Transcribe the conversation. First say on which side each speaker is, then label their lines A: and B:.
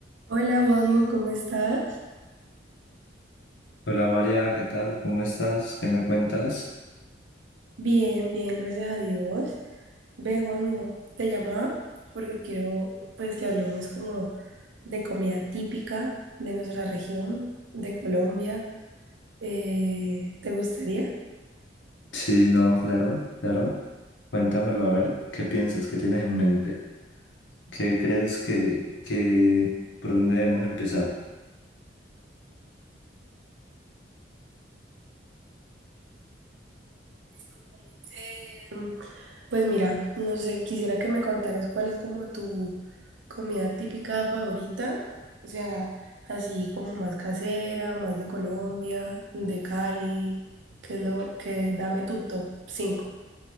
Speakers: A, on the right (about 80°); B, on the left (about 80°).
A: Hola Juanjo, ¿cómo estás?
B: Hola María, ¿qué tal? ¿Cómo estás? ¿Qué me cuentas?
A: Bien, bien, gracias a Dios. Ve, Juanjo, te llamaba porque quiero pues que hablemos como de comida típica de nuestra región, de Colombia. Eh, ¿te gustaría?
B: Sí, no, claro, claro. Cuéntamelo a ver, ¿qué piensas? ¿Qué tienes en mente? ¿Qué crees que, que, por dónde debemos empezar?
A: Discúlpame. Pues mira, no sé, quisiera que me contaras cuál es como tu comida típica favorita, o sea, así como más casera, más de Colombia, de Cali, que es lo que dame tu top 5.